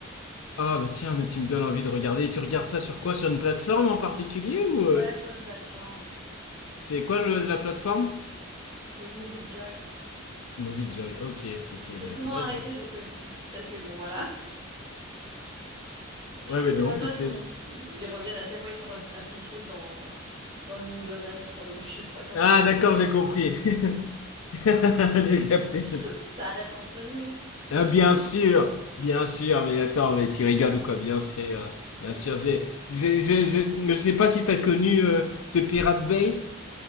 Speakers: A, on the left (about 85°); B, on the right (about 25°).
A: Ah, bah tiens, mais tu me donnes envie de regarder. Et tu regardes ça sur quoi? Sur une plateforme en particulier ou...
B: Ouais,
A: euh,
B: sur une plateforme.
A: c'est quoi le- la plateforme?
B: C'est Movie Joy.
A: Movie Joy. Ok,
B: Ils
A: ok.
B: se sont fait
A: Bah,
B: souvent
A: il faudrait
B: arrêter
A: que
B: parce que, <laughs> parce que bon, voilà.
A: Ouais, mais
B: Mais
A: non,
B: maintenant,
A: mais
B: ils
A: c'est...
B: sont... ils ils reviennent à chaque fois, ils changent un petit, un petit truc dans... dans le nom de domaine, je crois, ou je sais pas comment
A: Ah,
B: ça.
A: d'accord, j'ai compris. <laughs> J'ai capté.
B: <laughs> Ça reste entre nous.
A: Ah, bien sûr, bien sûr, mais attends, mais tu rigoles ou quoi? Bien sûr,
B: Mais...
A: bien sûr. J'ai, j'ai, j'ai- j'ai- je sais pas si t'as connu euh, The Pirate Bay.